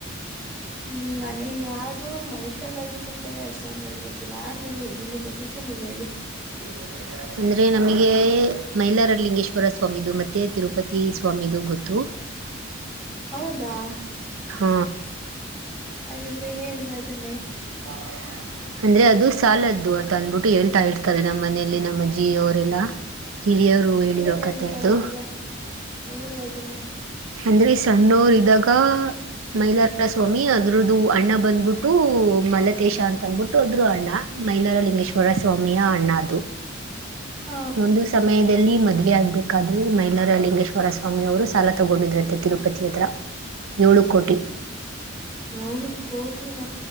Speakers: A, in the centre; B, on the right.
A: ಹೂ ನನಗ್ ಯಾವ್ದು ಮೈಥಾಲಜಿಕಲ್ ಬಗ್ಗೆ ಅಷ್ಟು ಏನ್ ಗೊತ್ತಿಲ್ಲಾ ನೀವು ನಿಮ್ಗ್ ಗೊತ್ತಾ ಗೊತ್ತಿದ್ರೆ ನೀವ್ ಹೇಳಿ
B: <unintelligible> ಅಂದರೆ ನಮಗೆ ಮೈಲಾರ ಲಿಂಗೇಶ್ವರ ಸ್ವಾಮಿದು ಮತ್ತೆ ತಿರುಪತಿ ಸ್ವಾಮಿದು ಗೊತ್ತು <unintelligible>
A: ಹೌದಾ
B: ಹೂ
A: ಹಾಗಿದ್ರೆ ಹೇಳಿ ಅದನ್ನೇ
B: <unintelligible> ಅಂದ್ರೆ ಅದು ಸಾಲದ್ದು ಅಂತ ಅಂದ್ಬಿಟ್ಟು ಹೇಳ್ತಾ ಇರ್ತಾರೆ ನಮ್ಮ ಮನೆಯಲ್ಲಿ ನಮ್ಮ ಅಜ್ಜಿವರೆಲ್ಲಾ ಹಿರಿಯರು ಹೇಳಿರೋ
A: ಹೇಳಿ
B: ಕಥೆ
A: ಹೇಳಿ ಪರವಾಗಿಲ್ಲ
B: ಅದು
A: ಹೇಳಿ ಅದನ್ನೆ
B: ಅಂದ್ರೆ ಸಣ್ಣವರಿದ್ದಾಗ ಮೈಲಾರ ಸ್ವಾಮಿ ಅದ್ರದ್ದು ಹಣ ಬಂದ್ಬಿಟ್ಟು ಟು ಮಾಲತೇಶಾ ತಂದ್ಬಿಟ್ಟು ಹೋದ್ರು ಅಣ್ಣ ಮೈಲಾರಲಿಂಗೇಶ್ವರ ಸ್ವಾಮಿಯ ಅಣ್ಣ ಅದು
A: ಹ
B: ಒಂದು ಸಮಯದಲ್ಲಿ ಮದ್ವೆ ಆಗ್ಬೇಕಾದ್ರೆ ಮೈಲಾರಲಿಂಗೇಶ್ವರ ಅವರ ಸ್ವಾಮಿಯವರು ಸಾಲ ತಾಕೊಂಡಿದ್ರಂತೆ ತಿರುಪತಿ ಹತ್ರ ಏಳು ಕೋಟಿ
A: ಏಳು ಕೋಟಿನ